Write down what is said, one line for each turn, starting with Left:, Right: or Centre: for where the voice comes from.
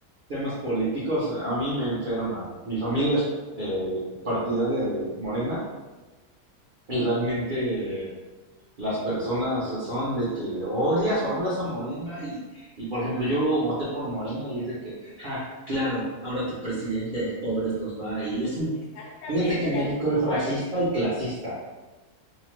Right: temas políticos, a mí me enferma. Mi familia es eh, partidaria de Morena y realmente... eh, las personas son de que odias o hablas a Morena y, y, por ejemplo yo voté por Morena y es de que, ja, claro, ahora tu presidente de pobres nos va y es un,
Left: Exactamente,
Right: fíjate que México
Left: acá es
Right: es racista
Left: igual.
Right: y clasista